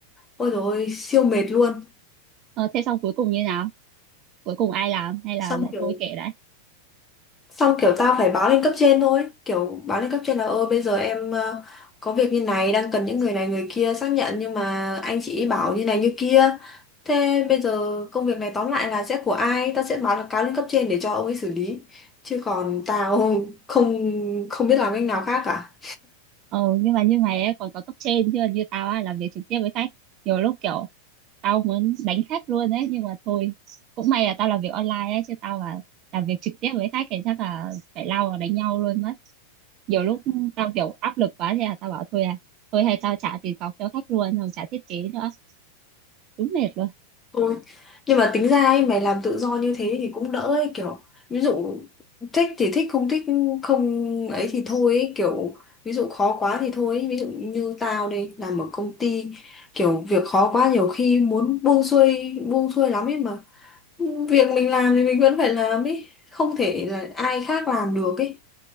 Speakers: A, on the left; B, on the right.
A: Ôi dồi ôi, siêu mệt luôn.
B: ờ, thế xong cuối cùng như nào cuối cùng ai làm hay là
A: Xong
B: lại
A: kiểu
B: thôi kệ đấy
A: xong kiểu tao phải báo lên cấp trên thôi, kiểu báo lên cấp trên là ơ bây giờ em ờ, có việc như này đang cần những người này người kia xác nhận nhưng mà anh chị bảo như này như kia. Thế bây giờ công việc này tóm lại là sẽ của ai? Tao sẽ báo là cáo lên cấp trên để cho ông ấy xử lý. Chứ còn tao <laughs> không không biết làm cách nào khác cả.
B: ừ nhưng mà như mày ấy còn có cấp trên chứ như tao á làm việc trực tiếp với khách nhiều lúc kiểu tao muốn đánh khách luôn ấy nhưng mà thôi cũng may là tao làm việc online ấy chứ tao mà làm việc trực tiếp với khách thì chắc là phải lao vào đánh nhau luôn mất nhiều lúc tao kiểu áp lực quá thì là tao bảo thôi à thôi hay tao trả tiền cọc cho khách luôn không trả thiết kế nữa đúng mệt luôn
A: Thôi. Nhưng mà tính ra ấy, mày làm tự do như thế thì cũng đỡ ấy, kiểu ví dụ thích thì thích không thích không ấy thì thôi ấy, kiểu ví dụ khó quá thì thôi ấy. Ví dụ như tao đây làm ở công ty kiểu việc khó quá nhiều khi muốn buông xuôi buông xuôi lắm ấy mà việc mình làm thì mình vẫn phải làm ấy không thể là ai khác làm được ấy